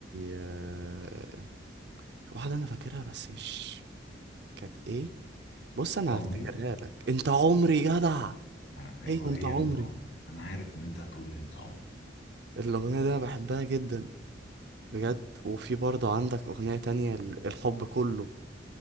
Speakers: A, on the right; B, on the left.
A: آه، واحده انا فاكرها بس مش كانت ايه بص انا
B: أنت عمري
A: هفتكرها لك انت عمري جدع
B: أه أيوه
A: ايوه انت
B: هي
A: عمري
B: أنت عمري أنا عارف إن أنت هتقول لي أنت عمري
A: الاغنيه دي انا بحبها جدا بجد وفي برضه عندك اغنيه تانية ال- الحب كله